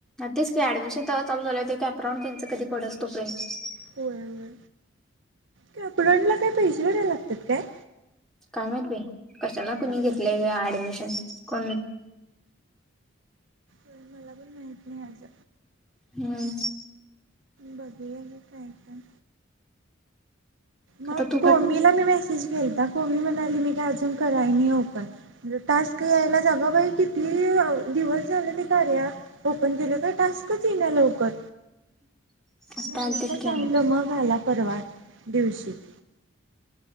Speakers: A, in the centre; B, on the right.
A: तेच कि ऍडमिशन तवा चालू झाल्यावर ते कॅपरांन त्यांचं कधी पडस तोपर्यंत
B: होय होय कॅप्रॉनला काय पैसे भरायला लागत्यात काय?
A: काय माहित बाई, कशाला
B: मला
A: कुणी
B: पण
A: घेतलंय
B: माहिती
A: हे
B: नाही.
A: ऍडमिशन कोण
B: तर मला पण माहित नाही ह्याज
A: हम्
B: बघु या आणि काय काय मग
A: आता तू
B: कोमीला
A: कट
B: मी मॅसेज केलता कोमी म्हणाली मी काय अजून कराय नाही ओपन म्हणं टास्क यायलाच अगं बाई किती दिवस झालं ते कार्या ओपन केलं काय टास्कच येई ना लवकर
A: आत्ता
B: मॅडमला
A: आलत्यात
B: सांगितलं
A: कि आणि
B: मग आला परवा दिवशी <inaudible>